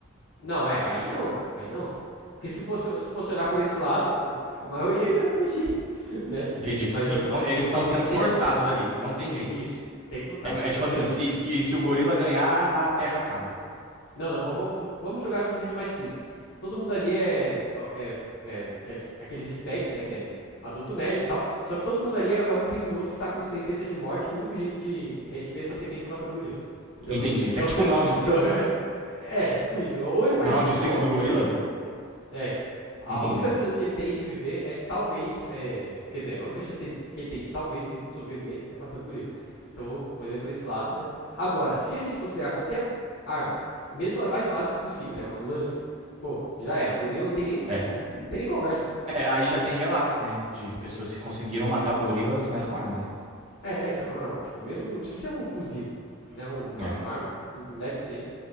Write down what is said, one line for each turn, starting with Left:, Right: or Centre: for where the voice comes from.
Left: Não, é, aí não, aí não, pô. Porque se fosse, se fosse olhar por esse lado, pô, a maioria ia fugir, <laughs> né?
Right: Entendi.
Left: Mas
Right: Então
Left: eu tô,
Right: eles
Left: tem
Right: estão
Left: que falar,
Right: sendo
Left: tem que,
Right: forçados
Left: tem que lutar.
Right: ali, não tem jeito.
Left: Isso, tem que lutar.
Right: É, é tipo
Left: Por exemplo,
Right: assim, se, se, se o gorila ganhar, a terra acaba.
Left: Não, não. Ou vamos, vamos jogar de um jeito mais simples. Todo mundo ali é, é, é aqueles, aqueles specs, né? Que é adulto médio e tal. Só que todo mundo ali é, é um criminoso que tá com sentença de morte, que o único jeito de redimir essa sentença é matando o gorila. Entendeu?
Right: Entendi.
Left: Então,
Right: É tipo
Left: <laughs>
Right: um round six?
Left: então é, é, tipo isso. Ou ele faz
Right: Um round
Left: isso ou ele
Right: six
Left: morre.
Right: do gorila?
Left: Não tem, é. A
Right: Entendi.
Left: única chance que ele tem de viver é talvez. é, quer dizer, a única chance dele- que ele tem de talvez vi- sobreviver é matando o gorila. Então, olhando pra esse lado, né? Agora, se a gente considerar qualquer arma, mesmo a mais básica possível, né? Uma lança, pô, já era. O gorila não tem nem, não
Right: É.
Left: tem nem conversa, mano.
Right: É, aí já tem relatos, né? De pessoas que conseguiram matar o gorilas, mas com arma, né?
Left: É, é, então, não. Tipo, mesmo não precisa ser um fuzil, né? Uma,
Right: É.
Left: uma arma leve que seja,